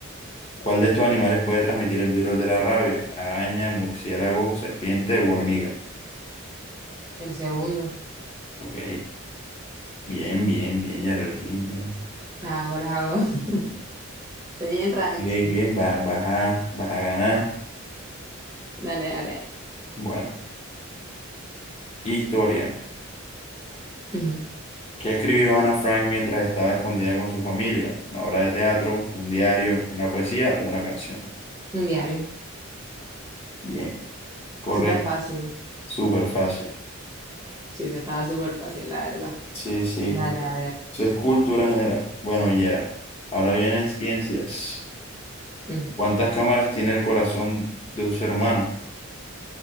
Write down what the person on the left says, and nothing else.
¿Cuál de estos animales puede transmitir el virus de la rabia? Araña, murciélago, serpiente o hormiga.
Ok, bien, bien, bien, Geraldine, bien.
Lee que va, vas a, vas a ganar.
Bueno, historia.
¿Qué escribió Ana Frank mientras estaba escondida con su familia? ¿Una obra de teatro, un diario, una poesía o una canción?
Bien, correcto,
súper fácil.
Sí, sí,
eso es cultura general. Bueno, Yera, ahora vienen ciencias.
¿Cuántas cámaras tiene el corazón de un ser humano?